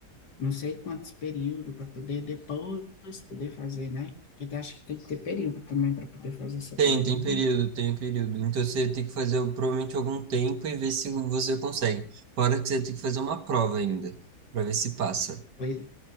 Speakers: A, on the left (about 75°); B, on the right (about 80°).
A: não sei quantos períodos para poder depois poder fazer, né? Porque eu acho que tem que ter período também para poder fazer essa
B: Tem,
A: prova
B: tem
A: de.
B: período, tem período. Então você tem que fazer provavelmente algum tempo e ver se você consegue. Fora que você tem que fazer uma prova ainda, para ver se passa.
A: Pois,